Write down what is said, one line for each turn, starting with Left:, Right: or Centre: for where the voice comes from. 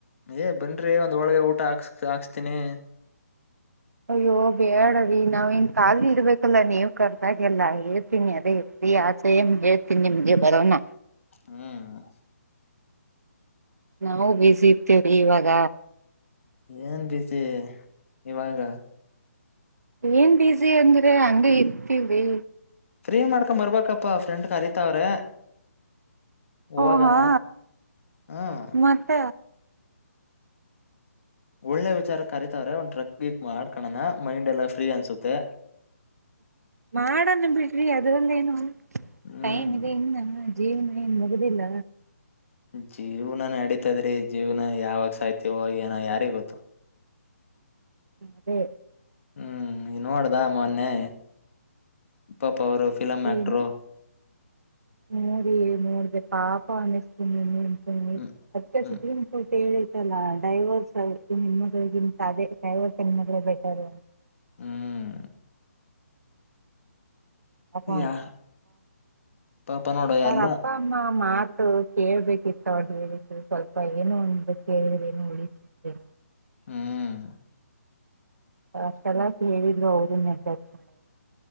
Left: ಏ ಬನ್ರೀ ಒಂದ್ ಹೋಳಿಗೆ ಊಟ ಹಾಕ್ಸ್ ಹಾಕ್ಸ್ತೀನಿ.
Right: ಅಯ್ಯೋ ಬೇಡ ರಿ ನಾವ್ ಇನ್ ಕಾಲಿ ಇರ್ಬೇಕಲ್ಲ ನೀವ್ ಕರ್ದಾಗೆಲ್ಲ ಹೇಳ್ತೀನಿ ಅದೇ ಇರಿ ಆಚೆ ಹೇಳ್ತೀನಿ ನಿಮ್ಗೆ ಬರೋನ.
Left: ಹ್ಮ್
Right: ನಾವು ಬ್ಯುಸಿ ಇರ್ತೇವ್ರಿ ಇವಾಗ.
Left: ಏನ್ ಬ್ಯುಸಿ ಇವಾಗ?
Right: ಏನ್ ಬಸಿ ಅಂದ್ರೆ ಹಂಗ ಇರ್ತವಿ.
Left: ಫ್ರೀ ಮಾಡ್ಕೊಂಡ ಬರ್ಬಕಪ್ಪ ಫ್ರೆಂಡ್ ಕರತಾವ್ರೆ, ಹೋಗಣ
Right: ಓಹಾ
Left: ಹ್ಮ
Right: ಮತ್ತ
Left: ಒಳ್ಳೆ ವಿಚಾರ ಕರಿೀತವ್ರೆ ಒಂದ್ ಟ್ರಕ್ಿ ಮಾಡ್ಕಣಣ ಮೈಂಡ್ ಎಲ್ಲಾ ಫ್ರೀ ಅನ್ಸುತ್ತೆ
Right: ಮಾಡನ್ ಬಿಡ್ರಿ ಅದರಲ್ಲೇನು
Left: ಹ್ಮ್
Right: ಟೈಮ್ ಇದೆ ಇನ್ನ ಜೀವನ ನ್ ಮುಗುದಿಲ್ಲ
Left: ಜೀವ್ನ ನಡೀತದ್ರಿ ಜೀವ್ನ ಯಾವಾಗ ಸಾಯ್ತವೋ ಏನ ಯಾರಿ ಗೊತ್ತು
Right: ಅದೇ
Left: ಹ್ಮ್ ನೋಡ್ದ ಮೊನ್ನೆ ಪಾಪ ಅವರು ಫಿಲಂ ಆಕ್ಟ್ರು
Right: ಏನು ನೋಡಿ ನೋಡಬೇಕ ಪಾಪ ಅನ್ನಸ್ನೆ
Left: ಹ್ಮ್
Right: <unintelligible> ಕತಲ್ಲಾ
Left: ಹ್ಮ್
Right: ಡೈವರ್ಸ್ ನಿಮಗಳಿಗಿಂತ ಅದೇ ಡೈವರ್ಸ್ ಸಿನಮಳ ಬಾ ಬೆಟರ್
Left: ಹ್ಮ್
Right: ಅವ
Left: ಯಾ ಪಾಪ ನೋಡು ಎಲ್ಲ
Right: ಅಪ್ಪ ಅಮ್ಮ ಮಾತು ಕೇಳ್ಬೇಕಿತ್ತ ಒಟ್ ಹೇಳಿದ ಸ್ವಲ್ಪ ಏನು ಒಂದು ಕೇಳಿದ್ರೆ ಏನು ಉಳತಿವು
Left: ಹ್ಮ್
Right: ಷ್ಟ ಎಲ ಹೇಳಿದ್ರು ಅವರು ಮೆಸೇಜ್ ಮಾಡಲ್ಲ